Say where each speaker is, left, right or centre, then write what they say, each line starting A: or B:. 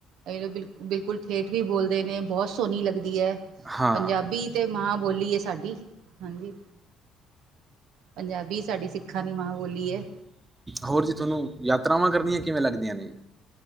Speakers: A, on the right; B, on the right.
A: ਏ ਬਿਲ ਬਿਲਕੁਲ ਠੇਠ ਵੀ ਬੋਲਦੇ ਨੇ, ਬਹੁਤ ਸੋਹਣੀ ਲੱਗਦੀ ਐ।
B: ਹਾਂ
A: ਪੰਜਾਬੀ ਤੇ ਮਾਂ ਬੋਲੀ ਹੈ ਸਾਡੀ, ਹਾਂਜੀ। ਪੰਜਾਬੀ ਸਾਡੀ ਸਿੱਖਾਂ ਦੀ ਮਾਂ ਬੋਲੀ ਐ।
B: ਹੋਰ ਜੀ, ਤੁਆਨੂੰ ਯਾਤਰਾਵਾਂ ਕਰਨੀਆਂ ਕਿਵੇਂ ਲੱਗਦੀਆਂ ਨੇ?